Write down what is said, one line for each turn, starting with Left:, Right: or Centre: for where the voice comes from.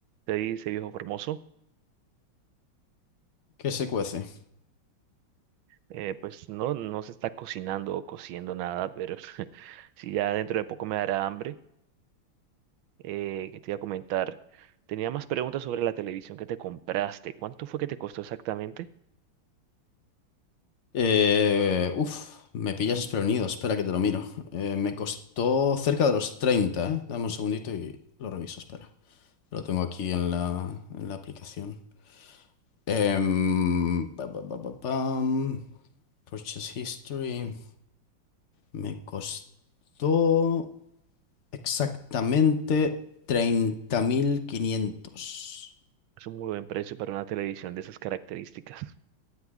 Right: te dice viejo formoso,
Left: ¿Qué se cuece?
Right: eh, pues no, no se está cocinando o cociendo nada, pero <laughs> si ya dentro de poco me dará hambre, eh, que te iba a comentar. Tenía más preguntas sobre la televisión que te compraste. ¿Cuánto fue que te costó exactamente?
Left: Eh, uf, me pillas desprevenido. Espera que te lo miro. Eh, me costó cerca de los 30. ¿eh? Dame un segundito y lo reviso. Espera. Lo tengo aquí en la, en la aplicación. Em, pa, pa, pa, pa, pam. Purchase history. Me costó exactamente 30.500.
Right: Es un muy buen precio para una televisión de esas características.